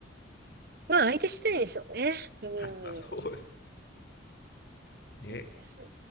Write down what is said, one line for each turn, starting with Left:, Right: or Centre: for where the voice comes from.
Right: まあ、相手次第でしょうね。
Left: <laughs>
Right: う
Left: 確かそうです
Right: ん。
Left: ね。
Right: そうですね